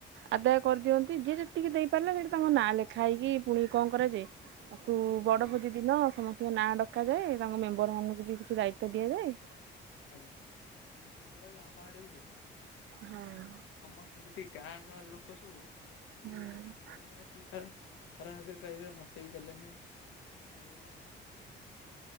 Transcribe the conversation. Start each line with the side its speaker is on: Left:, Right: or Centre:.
Right: ଆଦାୟ କରି ଦିଅନ୍ତି। ଯିଏ ଯେତିକି ଦେଇ ପାରିଲା, ସେଠି ତାଙ୍କ ନାଁ ଲେଖା ହେଇକି, ପୁଣି କଣ କରାଯାଏ। ତାକୁ ବଡ଼
Left: ଆଜ୍ଞା
Right: ଭୋଜି ଦିନ ସମସ୍ତଙ୍କ ନାଁ ଡକାଯାଏ। ତାଙ୍କ ମେମ୍ବର ମାନଙ୍କୁ ବି। କିଛି ଦାୟିତ୍ୱ ଦିଆ ଯାଏ।
Left: ଆଜ୍ଞା, ସେଇ ଭଳିଆ ବି ଆମ ଆଡ଼େ ବି ହୁଏ।
Right: ହଁ।
Left: ମାନେ ସମସ୍ତେ ଜେତିକ୍ ଗାଁ ଗାଁ ଲୋକ ସବୁ, ସମସ୍ତଙ୍କୁ
Right: ହୁଁ
Left: ବି ଦାୟିତ୍ୱ ଦିଆ ହବ। ମାନେ କିଏ କାଳେ ଖରାପ୍ ଭାବିବେ କହିବେ ମୋତେ ବି ଦେଲେନି ଏଇ ଭଳିଆ।